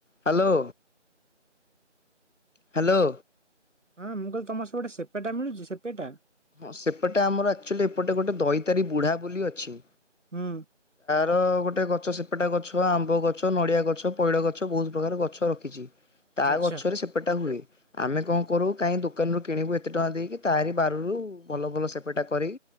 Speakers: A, on the left (about 80°); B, on the right (about 75°).
A: Hello. Hello.
B: ହଁ ମୁଁ କହିଲି ତମ ସ ଗୋଟେ ସେପେଟା ମିଳୁଛି ସେପେଟା।
A: ହଁ ସେପଟେ ଆମର ଆକ୍ଚୁଆଲି ଏପଟେ ଗୋଟେ ଦଇତାରୀ ବୁଢା ବୋଲି ଅଛି।
B: ହୁଁ।
A: ର ଗୋଟେ ଗଛ ସେପଟା ଗଛ ଆମ୍ବ ଗଛ ନଡିଆ ଗଛ ପଇଡ ଗଛ। ବହୁତ ପ୍ରକାର ଗଛ ରଖିଛି ତା
B: ଆଚ୍ଛା
A: ଗଛରେ ସେପଟା ହୁଏ। ଆମେ କଣ କରୁ କାହିଁ ଦୋକାନରୁ କିଣିବୁ ଏତେ ଟଙ୍କା ଦେଇକି ତାରି ବାରରୁ ଭଲ ଭଲ ସେପେଟା କରିିକ।